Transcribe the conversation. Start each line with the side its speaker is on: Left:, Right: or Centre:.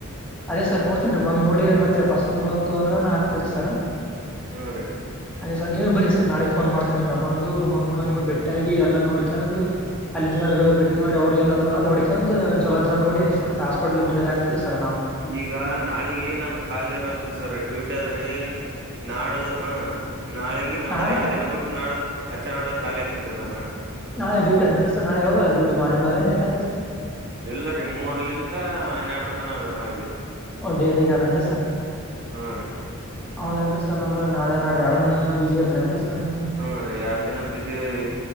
Centre: ಅದೇ ಸರ್ ನೋಡ್ತೀನ್ ರೀ ಬಂದ್ ನೋಡಿ ಮತ್ತೆ ಪಸಂದ್ ಬಂತು ಅಂದ್ರ ಹಾಕತಿವ್ರಿ ಸರ್
Right: ಹಾ ರೀ
Centre: ಅದೇ ಸರ್ ನೀವನ್ ಬರಿ ಸರ್ ನಾಳೆ ಫೋನ್ ಮಾಡ್ತೀನ್ರಿ ನ ಬಂದು ಬಂದ ಮ್ಯಾಲೆ ನಿಮಗ್ ಬೆಟ್ಟಾಗಿ ಎಲ್ಲಾ ನೋಡ್ಕೊಂಡು ಅಲ್ಲಿ ಇಂಜಿನಿಯರ್ ಗ್ ಬೇಟಿ ಮಾಡಿ ಅವರು ಏಂದ್ರ ನೋಡಕೊಂಡ್ ಜಲೋ ದಿನ ನೋಡಿ ಮತ್ತ ಹಾಸ್ಪಿಟಲ್ ಮುಂದದ ಹಾಕ್ತಿವಿ ಸರ್ ನಾವು
Right: ಈಗ ನಾಳಿಗ ನಾನ್ ಖಾಲಿ ಇರಲ್ರಿ ಸರ್ ಡ್ಯೂಟಿ ಅದ್ ರೀ ನಾಡದ ಹ ನಾಳಿಗೆ ನಾಡ್ದ್
Centre: ನಾಳೆ
Right: ಎರಡ್ ದಿನ ಬ ಬಿಟ್ಟು ನಾಡ್ದ್ ಅಚ್ಚೀ ನಾಡದ ಖಾಲಿ ಆಗ್ತನ್ ನಾನು
Centre: ನಾಳೆ ಡೂಟಿ ಅದನರಿ ಸರ್ ನಾಳಿ ಹೋಗದ ಡುಟಿ ಯಾವಾಗ ಅದ ಲೇಟ್ ಅದ ಏನ್ರೀ ಸರ್
Right: ಇಲ್ಲರಿ ಮೂರಲಿಂದ್ರ ಹನ್ನೆರಡರ ತನ ಅದರಿ ನಾಳಿಗೆ
Centre: ಒ ಡೇದಾಗ ಯಾದನರೀ ಸರ್
Right: ಹಾ ರೀ
Centre: ಹೌದೇನು ರೀ ಸರ್ ಅಂದರೆ ನಾಳೆ ನಾಡ್ದ ಎರಡ ದಿನ ಬಿಜಿ ಇರ್ತಿನ್ ರೀ ಸರ್ ನೀವು
Right: ಹುಂ ರಿ ಎರಡ್ ದಿನ ಬಿಸಿ ಇ